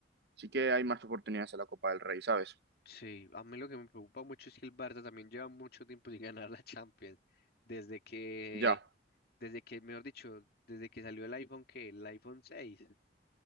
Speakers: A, on the right (about 65°); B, on the left (about 60°).
A: sí que hay más oportunidades en la Copa del Rey, ¿sabes?
B: Sí, a mí lo que me preocupa mucho es que el Barça también lleva mucho tiempo sin <laughs> ganar la Champions. Desde que,
A: Ya.
B: desde que, mejor dicho, desde que salió el iPhone, que el iPhone seis.